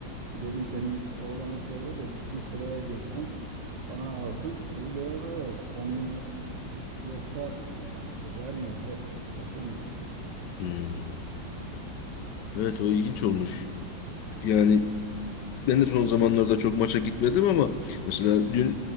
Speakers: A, on the right; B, on the left.
A: dedim senin oğlana söyle de gitsin sıraya girsin bana alsın. Dedi, böyle böyle 10 bine yoksa e, vermiyor bile satılmıyor.
B: Hmm. Evet o ilginç olmuş. Yani Ben de son zamanlarda çok maça gitmedim ama mesela dün